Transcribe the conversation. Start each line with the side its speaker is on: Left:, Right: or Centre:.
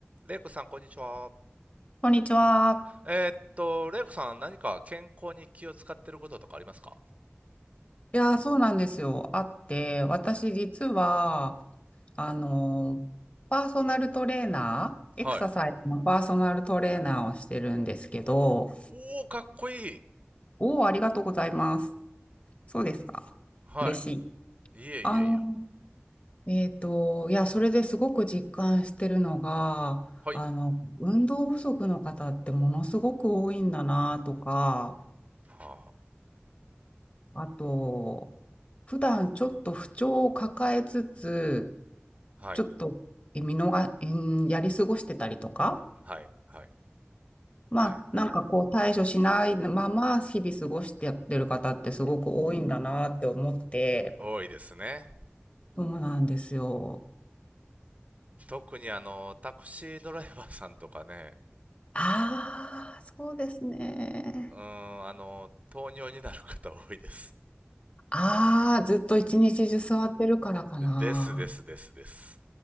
Right: レイコさん、こんにちは。
Left: こんにちは。
Right: えーっと、レイコさん、何か健康に気を使ってることとかありますか
Left: いやー、そうなんですよ。あって、私実は、あのー、パーソナルトレーナー、
Right: はい。
Left: エクササイズのパーソナルトレーナーをしてるんですけど、
Right: おー、かっこいい
Left: おお、ありがとうございます。そうですか。
Right: はい。
Left: 嬉しい。
Right: いえいえいえ。
Left: あのえっと、いや、それですごく実感してるのが、
Right: はい。
Left: あの、運動不足の方ってものすごく多いんだなとか、
Right: は
Left: あと、普段ちょっと不調を抱えつつ、
Right: あ。はい。
Left: ちょっとえ見逃、えーやり過ごしてたりとか、
Right: はい。はい。
Left: まあ、
Right: はい。はい。
Left: なんかこう対処しないまま日々過ごしてやってる方ってすごく多いんだなって思って、
Right: 多いですね。
Left: そうなんですよ。
Right: 特にあの、タクシードライバーさんとかね、
Left: ああ、そうですね。
Right: うーん、あの、糖尿になる方多いです。
Left: ああ、ずっと一日中座ってるからかな。
Right: ですですですです。